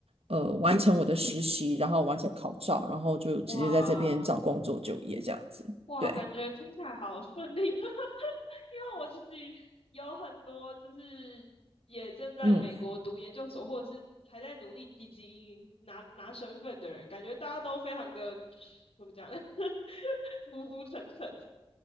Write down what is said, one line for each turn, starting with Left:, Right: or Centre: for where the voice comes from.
Right: 呃完成我的实习，然后完成考照，然后就直接在这边找工作就业这样子，
Left: 哇哇，
Right: 对，
Left: 感觉听起来好顺利，<laughs> 因为我自己有很多就是也正在美国读研究所，
Right: 嗯。
Left: 或者是还在努力积极拿拿身份的人，感觉大家都非常的怎么讲，<laughs> 浮浮沉沉。